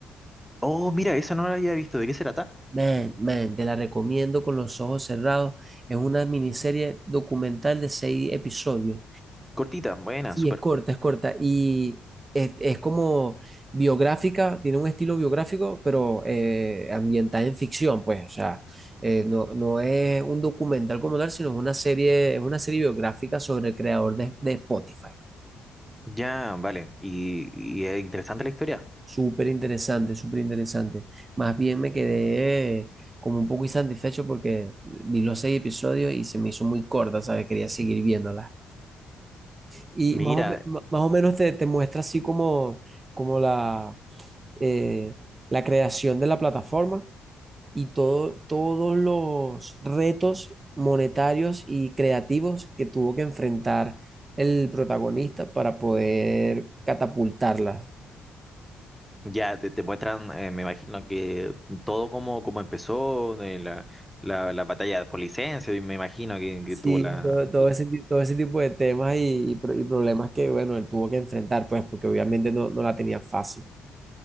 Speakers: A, in the centre; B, on the right.
A: Oh, mira, esa no la había visto. ¿De qué se trata?
B: Man, man, te la recomiendo con los ojos cerrados. Es una miniserie documental de seis episodios
A: Cortita, buena,
B: Sí,
A: súper.
B: es corta, es corta. Y es, es como biográfica, tiene un estilo biográfico, pero eh, ambientada en ficción, pues. O sea, eh, no, no es un documental como tal, sino es una serie, es una serie biográfica sobre el creador de, de Spotify.
A: Ya, vale. Y, y es interesante la historia.
B: Súper interesante, súper interesante. Más bien me quedé eh, como un poco insatisfecho porque vi los seis episodios y se me hizo muy corta, ¿sabes? Quería seguir viéndola. Y
A: Mira,
B: más o, me- más o menos te, te muestra así como, como la eh, la creación de la plataforma y todo, todos los retos monetarios y creativos que tuvo que enfrentar el protagonista para poder catapultarla.
A: ya te, te muestran, eh, me imagino que todo como, como empezó, de la, la, la batalla por licencia, y me imagino que,
B: Sí,
A: que tuvo la,
B: todo, todo ese, ti- todo ese tipo de temas y, y pro- y problemas que, bueno, él tuvo que enfrentar, pues, porque obviamente no, no la tenía fácil.